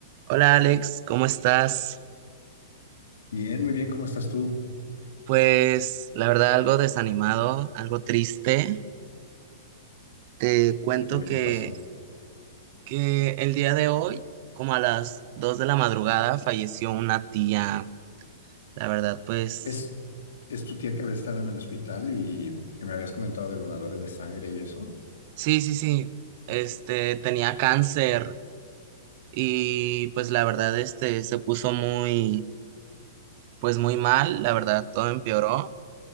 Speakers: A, on the right (about 45°); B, on the left (about 85°).
A: Hola Alex, ¿cómo estás?
B: Bien, muy bien, ¿cómo estás tú?
A: Pues la verdad algo desanimado, algo triste. Te cuento
B: Híjole,
A: que,
B: ¿qué pasó?
A: que el día de hoy, como a las 2 de la madrugada, falleció una tía. La verdad, pues
B: ¿Es, es tu tía que había estado en el hospital y que me habías comentado de donadores de sangre y eso?
A: sí, sí, sí. Este tenía cáncer y pues la verdad este se puso muy pues muy mal, la verdad todo empeoró